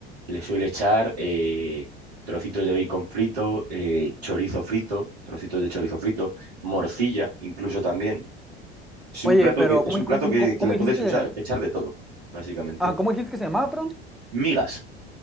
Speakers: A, on the right; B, in the centre.
A: le suele echar eh, trocitos de bacon frito, eh, chorizo frito, trocitos de chorizo frito, morcilla incluso también. Es
B: Oye,
A: un plato
B: pero
A: que, es
B: ¿cómo,
A: un plato
B: cómo,
A: que,
B: cómo-
A: que
B: cómo
A: le
B: dijiste
A: puedes
B: que,
A: usar, echar de todo, básicamente.
B: ah, ¿cómo dijiste que se llamaba, perdón?
A: Migas,